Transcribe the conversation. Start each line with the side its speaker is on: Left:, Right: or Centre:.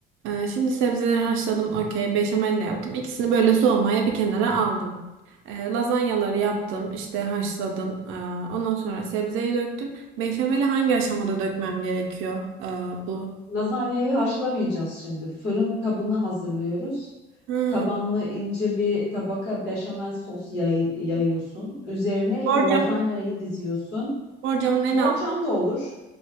Right: Ee, şimdi sebzeleri haşladım. Okey. Beşamelle yaptım. İkisini böyle soğumaya bir kenara aldım. Ee, lazanyaları yaptım. işte haşladım. Ee, ondan sonra sebzeyi döktüm. Beşameli hangi aşamada dökmem gerekiyor? Ee, bu.
Left: Lazanyayı haşlamayacağız şimdi. Fırın kabını hazırlıyoruz.
Right: Hmm.
Left: Tabanlı ince bir tabaka beşamel sos yay- yayıyorsun. Üzerine
Right: Borcamın,
Left: lazanyayı diziyorsun.
Right: borcamın en
Left: Borcam
Right: altı,
Left: da olur.